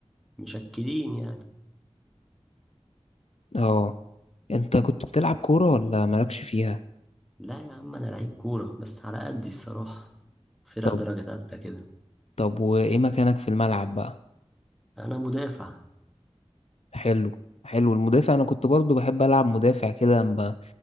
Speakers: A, in the centre; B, on the left (about 70°).
A: مشكلين يعني
B: اه انت كنت بتلعب كورة ولا مالكش فيها؟
A: لا يا عم انا لعيب كورة بس على قدي الصراحة فرق
B: طب
A: درجة مم. تالتة كده
B: طب وإيه مكانك في الملعب بقى؟
A: انا مدافع
B: حلو حلو المدافع أنا كنت برضو بحب ألعب مدافع كده لما